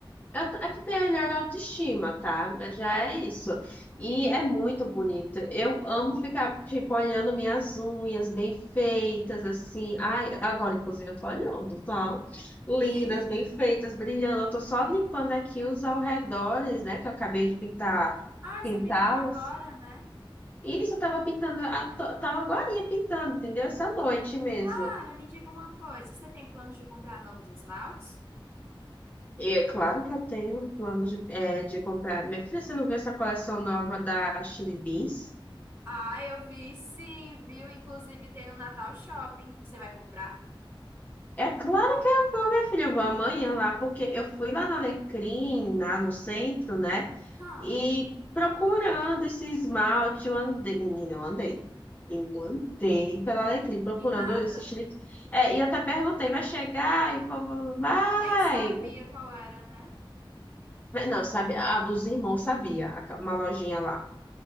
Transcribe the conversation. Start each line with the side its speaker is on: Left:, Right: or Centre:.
Left: É Eu, t- eu tenho a melhor autoestima, tá? Já é isso. E é muito bonito. Eu amo ficar, tipo, olhando minhas unhas bem feitas, assim. Ai, agora, inclusive, eu tô olhando, tá? Lindas,
Right: <laughs>
Left: bem feitas, brilhando. Eu tô só limpando aqui os alredores, né? Que eu acabei de pintar,
Right: Ai,
Left: pintá-los.
Right: você pintou agora, né?
Left: Isso, eu tava pintando, a to- tava agorinha pintando, entendeu? Essa noite mesmo.
Right: Clara, me diga uma coisa, você tem planos de comprar novos esmaltes?
Left: E é claro que eu tenho plano de, eh, de comprar. Minha filha, você não viu essa coleção nova da Chili Beans?
Right: Ah, eu vi sim, viu? Inclusive tem no Natal Shopping. Você vai comprar?
Left: É claro que eu vou, minha filha, eu vou amanhã lá, porque eu fui lá na Alecrim, lá no centro, né?
Right: Hã,
Left: E procurando esse esmalte, eu andei, menina, eu andei. Eu andei pela Alecrim procurando
Right: e nada.
Left: esses chips. É, e até perguntei, vai chegar? E o povo, vai!
Right: Nem sabia qual era, né?
Left: Mas Não, sabe, a dos irmãos sabia, a- uma lojinha lá.